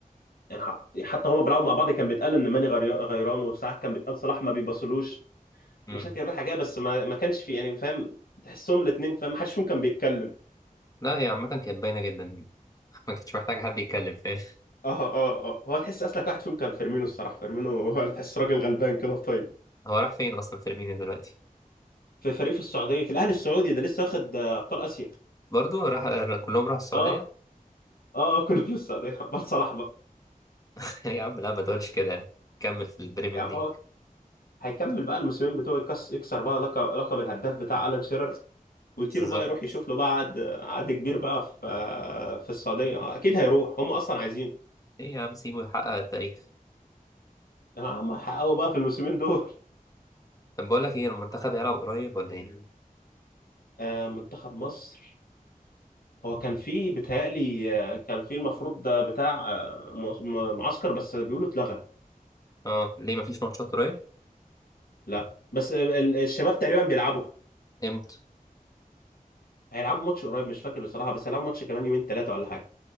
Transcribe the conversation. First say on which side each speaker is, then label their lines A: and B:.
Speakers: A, on the left; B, on the left.
A: يعني ح- حتى هما بيلعبوا مع بعض كان بيتقال ان ماني غري- غيران وساعات كان بيتقال صلاح ما بيبصلوش
B: مم.
A: مشاكل رايحه جايه بس ما ما كانش في يعني فاهم تحسهم الاثنين فاهم ما حدش فيهم كان بيتكلم
B: لا هي عامة كانت باينة جدا يعني <laughs> ما كنتش محتاج حد يتكلم فاهم
A: اه اه اه هو تحس اصلك واحد فيهم كان فيرمينو الصراحه فيرمينو هو اللي تحس راجل غلبان كده طيب
B: هو راح فين اصلا فيرمينيو دلوقتي
A: في فريق في السعوديه في الاهلي السعودي ده لسه واخد آه، ابطال اسيا
B: برضه راح كلهم راحوا السعوديه
A: اه اه اه كله في السعوديه بس صلاح بقى
B: <laughs> يا عم لا ما تقولش كده يعني كمل في البريمير
A: يعني
B: ليج
A: هو هيكمل بقى الموسمين بتوعه يكس يكسر بقى لقب لقب الهداف بتاع الان شيرر ويطير
B: بالظبط
A: بقى يروح يشوف له بقى عقد عقد كبير بقى في في السعوديه اكيد هيروح هم اصلا عايزين
B: ايه يا عم سيبه يحقق التاريخ
A: هم حققوا بقى في الموسمين دول
B: طب بقول لك ايه المنتخب هيلعب قريب ولا ايه
A: آه، منتخب مصر هو كان في بيتهيألي آه، كان في المفروض ده بتاع آه، م- م- معسكر بس بيقولوا اتلغى
B: اه ليه مفيش ماتشات قريب
A: لا بس آه، ال- الشباب تقريبا بيلعبوا
B: امتى
A: هيلعبوا ماتش قريب مش فاكر بصراحه بس هيلعبوا ماتش كمان يومين ثلاثه ولا حاجه